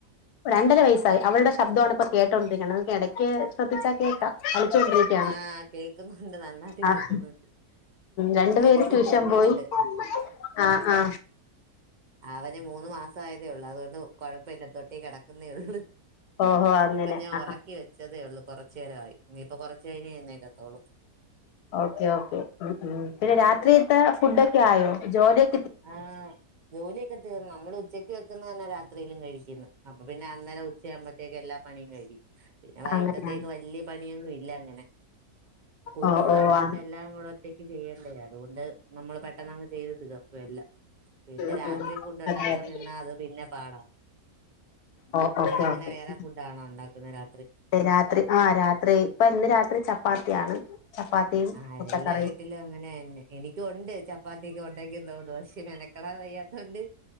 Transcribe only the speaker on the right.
ആഹ് കേക്കുന്നുണ്ട് നന്നായിട്ട്
കേക്കുന്നുണ്ട്
എനിക്കും
കുഞ്ഞുണ്ട്
അവര് മൂന്നു മാസയ തെള്ളു അതൊണ്ട് കൊഴപ്പില്ല തൊട്ടി കെട ക്കുന്നെയുള്ളൂ.
ഇപ്പ ഞാൻ
ഒറക്കി വെച്ചതേ ഒള്ളൂ. കൊറച്ചു നേരായി ഇനീയിപ്പോ കൊറച്ച് കഴിഞ്ഞെന്നേൽക്കത്തോള്
ആ ജോലിയൊക്കെ തീർന്ന് നമ്മള് ഉച്ചക്ക് വെക് ക്കുന്ന തന്നെ രാത്രിയിലും കഴിക്കുന്നെ. അപ്പോ പിന്നെ അന്നേരം ഉച്ച ആകുമ്പത്തേക്ക് എല്ലാ പണിയും കഴിയും. പിന്നെ വൈകിട്ടത്തേക്ക്
വല്യ പണിയൊന്നും ഇല്ല അങ്ങനെ, കുഞ്ഞൂടോള്ളൊണ്ട്
എല്ലാം കൂടെ റ്റയ്ക്ക് ചെയ്യേണ്ടേ അതുകൊണ്ട് നമ്മൾ പെട്ടെന്ന് അങ്ങ് ചെയ്ത് തീർ ക്കും എല്ലാ പിന്നെ
രാത്രി
ഫുഡ് ഒണ്ടാക്കാൻ
നിന്നാ അത് പിന്നെ പാടാ,
അവിടെ എങ്ങനെ
വേറെ ഫുഡ് ആണോ ഒണ്ടാ ക്കുന്ന രാ
ആഹ്
എല്ലാ വീട്ടിലും അങ്ങനന്നേ എനിക്കും ഒണ്ട് ചപ്പാത്തിയൊക്കെ ഒണ്ടാക്കി ദോ ദോശ മെനക്കടാൻ വയ്യാത്തൊണ്ട്